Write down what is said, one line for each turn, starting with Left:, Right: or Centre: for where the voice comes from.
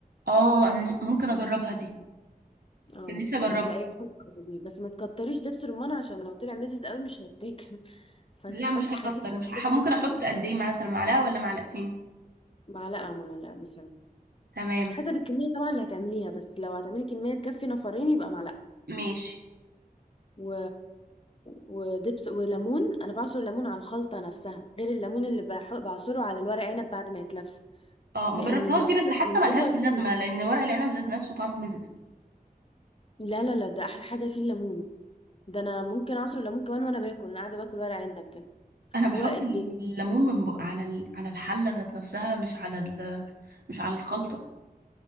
Right: اه أنا ممكن اجربها دي
Left: اه
Right: كان نفسي اجربها
Left: هتلاقيها حلوه أوي. بس ما تكتريش دبس رمان عشان لو طلع مزز قوي مش هيتاكل <laughs> فانت
Right: لا
Left: حطي
Right: مش هكتر
Left: خفيف قوي
Right: مش هح...
Left: دبس
Right: ممكن
Left: رمان
Right: احط قد ايه مثلا معلقة ولا معلقتين
Left: معلقه معلقه مثلا
Right: تمام
Left: حسب الكميه طبعا اللي هتعمليها بس لو هتعملي كميه تكفي نفرين يبقى معلقه
Right: ماشي
Left: و... ودبس وليمون انا بعصر ليمون على الخلطه نفسها غير الليمون اللي بح... بعصره على الورق عنب بعد ما يتلف
Right: اه ما
Left: لانه
Right: جربتهاش
Left: المزازه
Right: دي بس حاسه
Left: اللي
Right: ملهاش
Left: جوه دي
Right: لازمه لان ورق العنب ذات نفسه طعمه مزز
Left: لا لا لا ده احلى حاجه فيه الليمون ده انا ممكن اعصر ليمون كمان وانا باكل انا قاعده باكل ورق عنب كده
Right: انا بحط
Left: هو
Right: الليمون
Left: بي...
Right: من بق... على ال... على الحله ذات نفسها مش على ال... مش على الخلطه